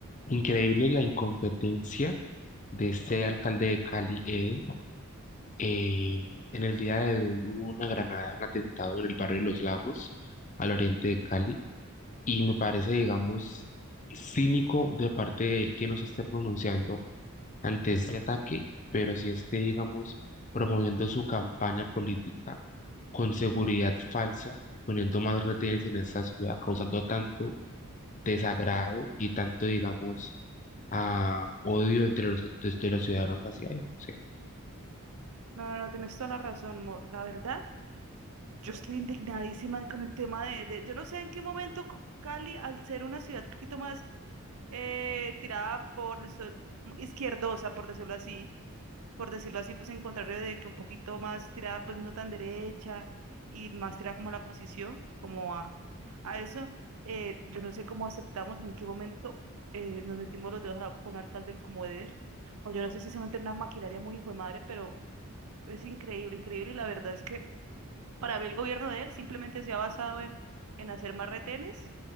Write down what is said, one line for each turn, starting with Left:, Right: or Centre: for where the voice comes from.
Left: Increíble la incompetencia de este alcalde de Cali, Eder. Eh, en el día de hoy hubo una granada, un atentado en el barrio de Los Lagos, al oriente de Cali, y me parece, digamos, cínico de parte de él que no se esté pronunciando ante este ataque, pero sí esté, digamos, promoviendo su campaña política con seguridad falsa, poniendo más retenes en esta ciudad, causando tanto desagrado y tanto, digamos, a odio entre los, de, de los ciudadanos hacia él. sí.
Right: No, no, no, tenés toda la razón, Mor. La verdad, yo estoy indignadísima con el tema de, de- yo no sé en qué momento C- Cali, al ser una ciudad un poquito más eh, tirada por el so- izquierdosa, por decirlo así, por decirlo así, pues en contrario de que un poquito más tirada, pues no tan derecha y más tirada como a la posición, como a, a eso, eh, yo no sé cómo aceptamos, en qué momento eh, nos metimos los dedos a la boca con un alcalde del Comodero, o yo no sé si se mantiene una maquinaria muy hijo de madre, pero es increíble, increíble. Y la verdad es que para mí el gobierno de él simplemente se ha basado en, en hacer más retenes,